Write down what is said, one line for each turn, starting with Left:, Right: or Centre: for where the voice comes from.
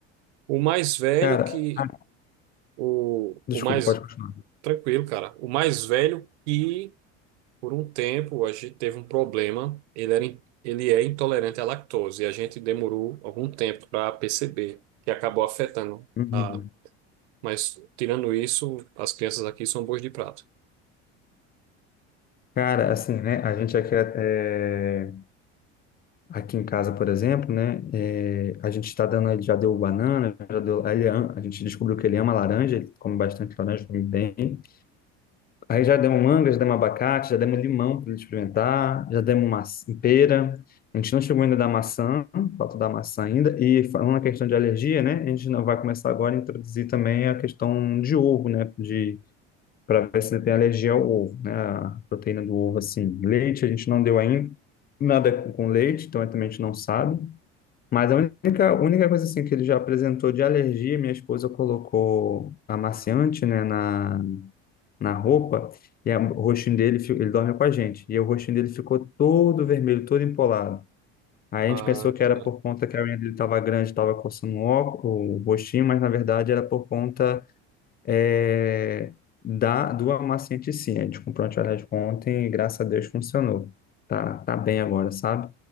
Right: O mais velho
Left: Cara,
Right: que
Left: ah,
Right: o,
Left: desculpa,
Right: o mais
Left: pode continuar.
Right: tranquilo, cara. O mais velho que por um tempo a gente teve um problema, ele era in- ele é intolerante à lactose e a gente demorou algum tempo para perceber que acabou afetando
Left: Uhum.
Right: a Mas tirando isso, as crianças aqui são boas de prato.
Left: Cara, assim, né? A gente aqui, é, aqui em casa, por exemplo, né? é, a gente está dando, ele já deu banana, já deu, ele ama- a gente descobriu que ele ama laranja, ele come bastante laranja, come bem. Aí já demos manga, já demos abacate, já demos limão para ele experimentar, já demos maçã, pera. A gente não chegou ainda da maçã, falta da maçã ainda. E falando na questão de alergia, né? A gente não vai começar agora a introduzir também a questão de ovo, né? De para ver se ele tem alergia ao ovo, né? A proteína do ovo, assim. Leite a gente não deu ainda nada com com leite, então também a gente não sabe. Mas a única, única coisa assim que ele já apresentou de alergia, minha esposa colocou amaciante, né, na na roupa, e a- o rostinho dele, fi- ele dorme com a gente, e o rostinho dele ficou todo vermelho, todo empolado. Aí a
Right: Ah,
Left: gente pensou que
Right: cara.
Left: era por conta que a unha dele estava grande, estava coçando o óculos, o rostinho, mas na verdade era por conta é, da, do amaciante em si. A gente comprou antialérgico ontem e graças a Deus funcionou. Tá, tá bem agora, sabe?